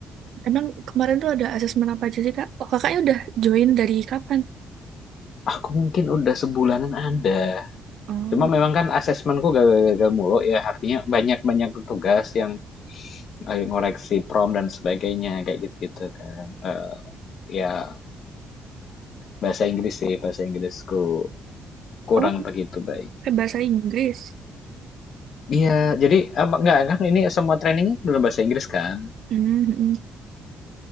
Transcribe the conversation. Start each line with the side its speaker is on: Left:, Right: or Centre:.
Right: Emang kemarin tuh ada asesmen apa aja sih, Kak? Oh, kakaknya udah join dari kapan?
Left: <laughs> Aku mungkin udah sebulanan ada.
Right: Oh.
Left: Cuma memang kan asesmenku gagal-gagal mulu ya, artinya banyak-banyak tugas yang eh, ngoreksi prom dan sebagainya, kayak gitu-gitu kan. Eh, ya, bahasa Inggris sih, bahasa Inggrisku kurang
Right: Oh,
Left: begitu baik.
Right: pakai bahasa Inggris.
Left: Iya, jadi apa enggak kan ini semua trainingnya dalam bahasa Inggris kan.
Right: Hmm, hmm.